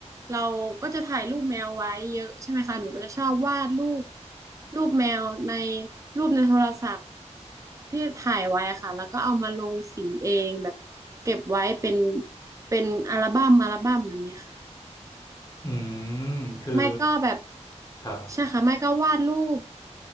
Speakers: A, on the right (about 25°); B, on the left (about 30°).
A: เราก็จะถ่ายรูปแมวไว้เยอะใช่ไหมคะหนูก็จะชอบวาดรูปรูปแมวในรูปในโทรศัพท์ที่ถ่ายไว้ค่ะแล้วก็เอามาลงสีเองแบบเก็บไว้เป็นเป็นอัลบั้มอัลบั้มแบบนี้ค่ะ
B: อืมคือ
A: ไม่ก็แบบ
B: ครับ
A: ใช่ค่ะไม่ก็วาดรูป